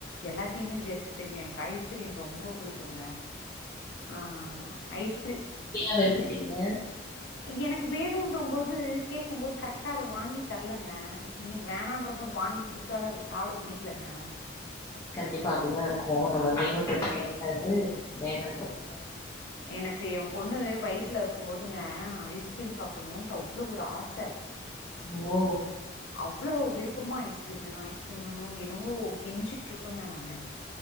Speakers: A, on the left; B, on the left.
A: எல்லாத்தையுமே வெர்த்துட்டேங்க எனக்கு ஐஸ்கிரீம் ரொம்ப பிடிக்குங்க ஆ ஐஸ்க்ரீ
B: ஏ வெறுத்துட்டீங்க
A: எனக்கு வேணுன்ற போது கேக்கும்போது கரெக்டா அத வாங்கி தரலங்க இன்னைக்கு வேணான்ற போது வாங்கி குடுத்தாலும் அது சாப்ட பிடிக்கலங்க
B: கண்டிப்பா அப்டிதா இருக்கும் நமக்கு வேணுன்ரப்ப
A: ம்
B: கெடைக்காது வேனான்றப்ப
A: ம் எனக்கு எ பொண்ணு வயித்ல இருக்கும்போதுங்க ஐஸ்கிரீம் சாப்ணுன்ட்டு அவ்ளோ ஒரு ஆச
B: ஓ
A: அவ்ளோ விருப்பமா ஐஸ்கிரீம் வேணும் ஐஸ்கிரீம் வேனும் எனவோ கெஞ்சிட்ருப்பேங்க நான்